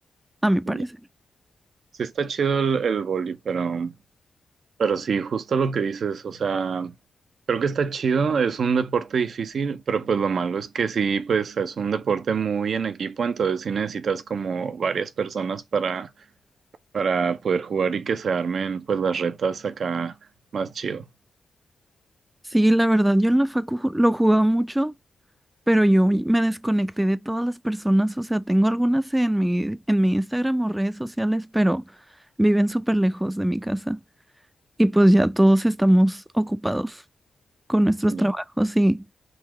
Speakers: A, on the right (about 20°); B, on the right (about 70°).
A: a mi parecer.
B: Ya. Sí está chido el, el vóley, pero... Pero sí, justo lo que dices, o sea, creo que está chido, es un deporte difícil, pero pues lo malo es que sí, pues es un deporte muy en equipo, entonces sí necesitas como varias personas para, para poder jugar y que se armen pues las retas acá más chido.
A: Sí, la verdad, yo en la facu ju- lo jugaba mucho, pero yo me desconecté de todas las personas, o sea, tengo algunas en mi, en mi Instagram o redes sociales, pero viven súper lejos de mi casa y pues ya todos estamos ocupados con nuestros
B: Ya,
A: trabajos y